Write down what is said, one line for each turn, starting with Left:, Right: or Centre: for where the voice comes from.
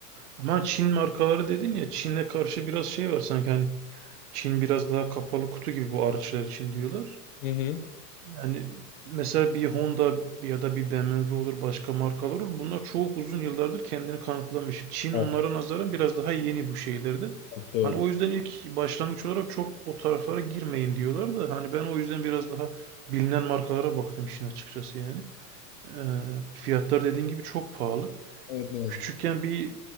Right: ama Çin markaları dedin ya Çin'e karşı biraz şey var sanki hani Çin biraz daha kapalı kutu gibi bu araçlar için diyorlar.
Left: Hı hı.
Right: Yani mesela bir Honda ya da bir BMW olur başka markalar olur. Bunlar çok uzun yıllardır kendini kanıtlamış. Çin
Left: Evet,
Right: onlara nazaran biraz daha yeni bu şeylerde.
Left: doğru.
Right: Hani o yüzden ilk başlangıç olarak çok o taraflara girmeyin diyorlar da hani ben o yüzden biraz daha bilinen markalara baktım işin açıkçası yani. Ee, fiyatlar dediğin gibi çok pahalı.
Left: Evet ne yazık.
Right: Küçükken bir